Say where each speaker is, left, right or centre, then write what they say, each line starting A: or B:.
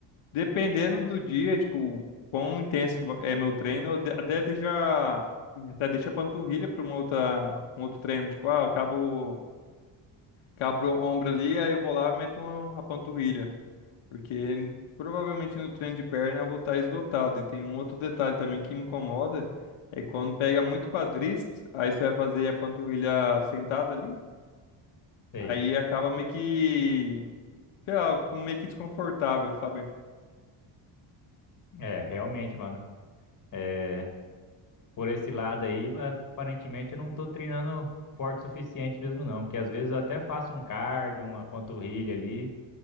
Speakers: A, on the left; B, on the left.
A: dependendo do dia, tipo, o quão intenso é meu treino, eu de- até deixa, até deixa a panturrilha pra uma outra, um outro treino, tipo, ah, acabo. Cabro o ombro ali, aí eu vou lá e meto uma, a panturrilha. Porque provavelmente no treino de perna eu vou estar esgotado. E tem um outro detalhe também que me incomoda, é quando pega muito quadríceps, aí você vai fazer a panturrilha sentada ali,
B: sei.
A: aí acaba meio que, sei lá, eu fico meio que desconfortável, sabe?
B: É, realmente, mano. É, por esse lado aí, aparentemente eu não tô treinando forte o suficiente mesmo não, porque às vezes eu até faço um cardio, uma panturrilha ali,